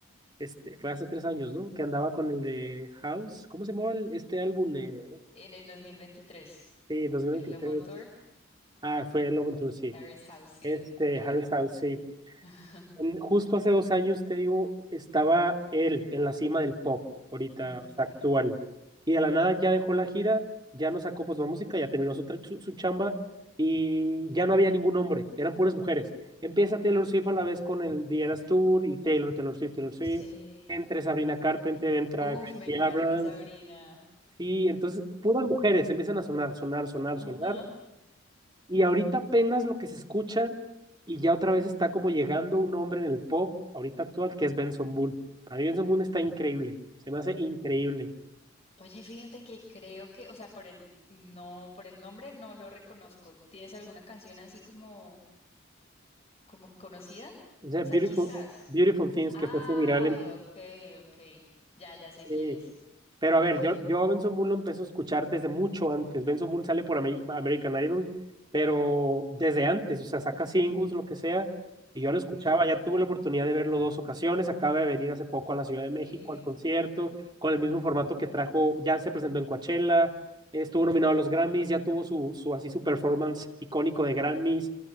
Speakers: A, on the right; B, on the left.
A: este, fue hace tres años, ¿no? Que andaba con el de House, ¿cómo se llamaba el- este álbum? Eh,
B: En el 2023,
A: sí, 2023.
B: el Love on Tour,
A: Ah, fue el Love on Tour, sí.
B: Harry's House, sí,
A: Este,
B: el
A: Harry
B: álbum.
A: Styles, sí.
B: <laughs>
A: Mm, Justo hace dos años, te digo, estaba él en la cima del pop, ahorita,
B: Ujú,
A: o sea, actual. Y de la nada ya dejó la gira, ya no sacó pues la música, ya terminó su, tra- su, su chamba y ya no había ningún hombre, eran puras mujeres. Empieza Taylor Swift a la vez con el The Eras Tour y Taylor, Taylor Swift, Taylor Swift.
B: Sí.
A: Entre Sabrina Carpenter, entra
B: Uf,
A: Gracie
B: me encanta
A: Abrams.
B: Sabrina.
A: Y entonces puras mujeres empiezan a sonar, sonar, sonar,
B: Ajá.
A: sonar. Y ahorita apenas lo que se escucha y ya otra vez está como llegando un hombre en el pop ahorita actual que es Benson Boone. Para mí Benson Boone está increíble, se me hace increíble.
B: Oye, fíjate que creo que, o sea, por el no, por el nombre no lo reconozco. ¿Tienes alguna canción así como, como conocida? O
A: O sea,
B: sea,
A: Beautiful,
B: quizás.
A: Beautiful Things
B: Ay,
A: que fue su viral en...
B: ok, ok. Ya, ya sé
A: eh,
B: quién es.
A: Pero a
B: Ok.
A: ver, yo, yo a Benson Moon lo empecé a escuchar desde mucho antes. Benson Moon sale por Ameri- American Idol, pero desde antes, o sea, saca singles, lo que sea, y yo
B: Ujú,
A: lo escuchaba. Ya tuve la oportunidad de verlo dos ocasiones. Acaba de venir hace poco a la Ciudad de México
B: Sí.
A: al concierto, con el mismo formato que trajo, ya se presentó en Coachella, estuvo nominado a los Grammys, ya tuvo su, su así su performance icónico de Grammys,